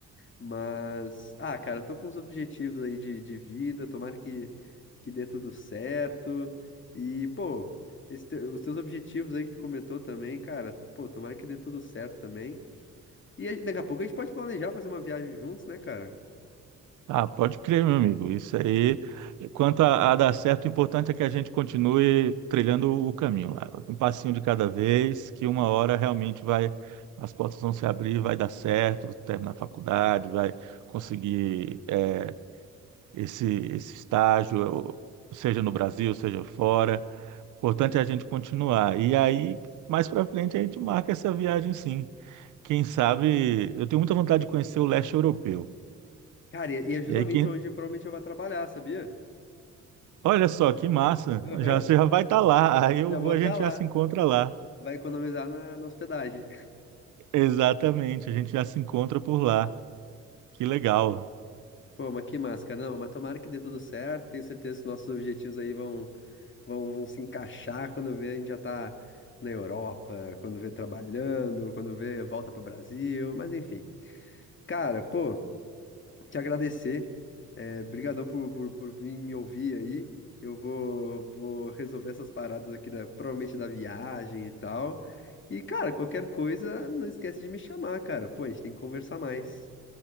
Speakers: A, on the left (about 40°); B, on the right (about 80°).
A: Mas, ah, cara, eu tô com os objetivos aí de, de vida. Tomara que, que dê tudo certo. E, pô, esse te- os teus objetivos aí que tu comentou também, cara, pô, tomara que dê tudo certo também. E aí, daqui a pouco a gente pode planejar fazer uma viagem juntos, né, cara?
B: Ah, pode crer, meu amigo. Isso aí, quanto a, a dar certo, o importante é que a gente continue trilhando o caminho lá, um passinho de cada vez, que uma hora realmente vai, as portas vão se abrir, vai dar certo, terminar a faculdade, vai conseguir eh, esse, esse estágio, seja no Brasil, seja fora. O importante é a gente continuar. E aí, mais para frente, a gente marca essa viagem, sim. Quem sabe, eu tenho muita vontade de conhecer o leste europeu.
A: Cara, e e é justamente
B: E aí, quem,
A: onde provavelmente eu vou trabalhar, sabia?
B: Olha só, que massa.
A: Aham,
B: Já, você já vai estar lá. Aí eu,
A: já vou
B: vou-
A: estar
B: a gente
A: lá.
B: já se encontra lá.
A: Vai economizar na, na hospedagem.
B: Exatamente, a gente já se encontra por lá. Que legal.
A: <laughs> Pô, mas que máscara, não, mas tomara que dê tudo certo. Tenho certeza que nossos objetivos aí vão, vão, vão se encaixar quando vê a gente já tá na Europa, quando vê trabalhando, quando vê volta pro Brasil, mas enfim. Cara, pô, te agradecer. É, brigadão por, por, por vir me ouvir aí. Eu vou, vou resolver essas paradas aqui, da, provavelmente da viagem e tal. E, cara, qualquer coisa, não esquece de me chamar, cara. Pô, a gente tem que conversar mais.